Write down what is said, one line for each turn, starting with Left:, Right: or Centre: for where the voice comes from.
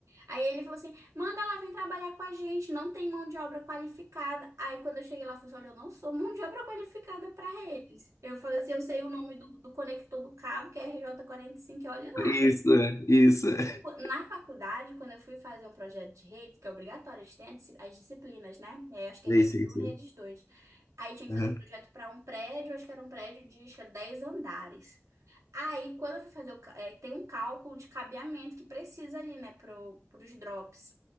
Right: Aí ele falou assim: manda ela vir trabalhar com a gente, não tem mão de obra qualificada. Aí quando eu cheguei lá, eu falei assim: olha, eu não sou mão de obra qualificada para redes. Eu falei assim: eu sei o nome do, do conector do cabo, que é rj quarenta e cinco, e olha lá.
Left: isso, é, isso. <laughs>
Right: Na faculdade, quando eu fui fazer um projeto de rede, que é obrigatório, a gente tem as dis- as disciplinas, né? É, acho que
Left: Sei,
Right: é rede
Left: sei,
Right: um,
Left: sei.
Right: e redes 2. Aí tinha que
Left: Aham.
Right: fazer um projeto para um prédio, acho que era um prédio de acho que é 10 andares. Aí, quando eu fui fazer o. ca- é, tem um cálculo de cabeamento que precisa ali, né, pro, pros drops.